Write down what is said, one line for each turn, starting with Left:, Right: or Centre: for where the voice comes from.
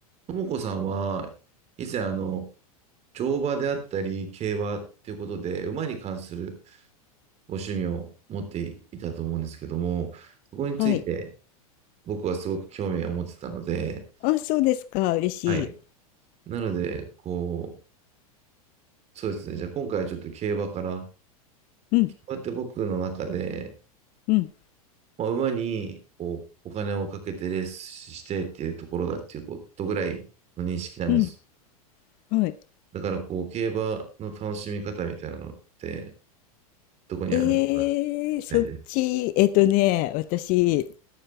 Right: ともこさんは、以前、あの、乗馬であったり、競馬っていうことで、馬に関するご趣味を持っていたと思うんですけども、そこについて
Left: はい。
Right: 僕はすごく興味を持ってたので、
Left: あ、そうですか。嬉しい。
Right: はい。なので、こう、そうですね。じゃあ今回はちょっと競馬から、こ
Left: うん、
Right: うやって僕の中で、
Left: うん、
Right: まあ、馬にこうお金をかけてレースしてっていうところだっていうことぐらいの認識なんです。
Left: うん。はい。
Right: だから、こう、競馬の楽しみ方みたいなのって、どこにあるのか
Left: えー、そっち、
Right: たいです。
Left: えっとね、私、